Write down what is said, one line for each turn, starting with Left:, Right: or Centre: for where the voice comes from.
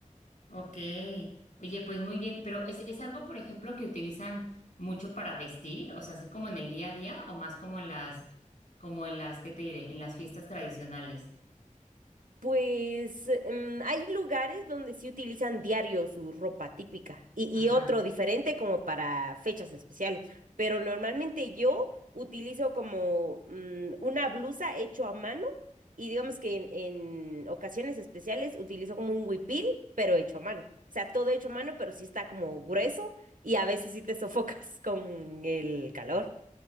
Left: Ok. Oye, pues muy bien, pero ¿es, es algo, por ejemplo, que utilizan mucho para vestir? O sea, así como en el día a día o más como en las, como en las, ¿qué te diré? En las fiestas tradicionales.
Right: Pues em, hay lugares donde sí utilizan diario su ropa típica y,
Left: Ajá.
Right: y otro diferente como para fechas especiales, pero normalmente yo utilizo como mm, una blusa hecho a mano y digamos que en, en ocasiones especiales utilizo como un huipil, pero hecho a mano. O sea, todo hecho a mano, pero sí está como grueso y a veces sí te sofocas <laughs> con el calor.